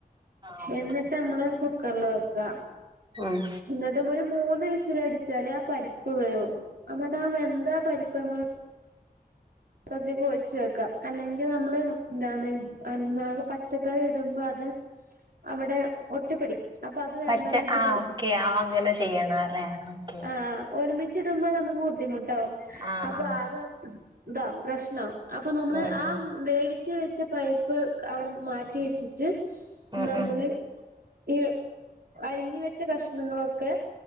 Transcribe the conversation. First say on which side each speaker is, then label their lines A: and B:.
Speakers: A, on the right (about 30°); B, on the right (about 65°).
A: ആഹ് ഓക്കെ
B: എന്നിട്ടമ്മള് കു ക്കർല് വക്ക.
A: ഉം
B: ന്നട്ട് മുരും മൂന്ന് വിസിലടിച്ചാല് ആ പരിപ്പ് വേവും. അങ്ങട്ട ആ വെന്താ പരിപ്പമ്മള് പത്രത്തേക്ക് ഒഴിച്ച് വെക്ക. അല്ലെങ്കി നമ്മള് എന്താണ് ന്ന പച്ചക്കറി ഇടുമ്പോ അത് അവടെ ഒട്ടിപിടി അപ്പത് വേണ്ടാന്ന്
A: പച്ച
B: വെച്ചിട്ട,
A: ആഹ് ഓക്കെ ആഹ് അങ്ങനെ ചെയ്യണം അല്ലേ ഓക്കെ
B: ആഹ് ഒരുമിച്ചിടുമ്പ നമുക്ക് ബുദ്ധിമുട്ടാവും.
A: ആഹ്
B: അപ്പാകെ
A: ആഹ്
B: താവും. പ്രശ്നാവും, അപ്പൊ നമ്മള്
A: ഉം
B: ആ
A: ഉം
B: വേവി ച്ച് വെച്ച പരിപ്പ് അവിടെ മാറ്റി വെച്ചിട്ട്
A: ഉം
B: നമ്മള്
A: ഉം
B: ഈ അരിഞ്ഞ് വെച്ച കഷ്ണങ്ങളൊക്കെ